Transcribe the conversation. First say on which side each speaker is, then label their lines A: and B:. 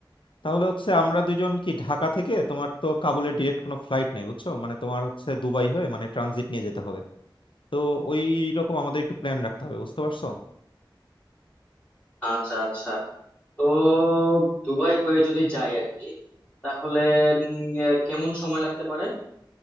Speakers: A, on the left (about 80°); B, on the left (about 15°).
A: তাহলে হচ্ছে আমরা দুজন কি ঢাকা থেকে তোমার তো কাবুলের ডিরেক্ট কোনো ফ্লাইট নেই বুঝছো মানে তোমার হচ্ছে দুবাই হয়ে মানে ট্রানজিট নিয়ে যেতে হবে তো ওই রকম আমাদের একটু প্ল্যান রাখতে হবে বুঝতে পারছো
B: আচ্ছা আচ্ছা তো দুবাই হয়ে যদি যাই আর কি তাহলে উম, আহ, কেমন সময় লাগতে পারে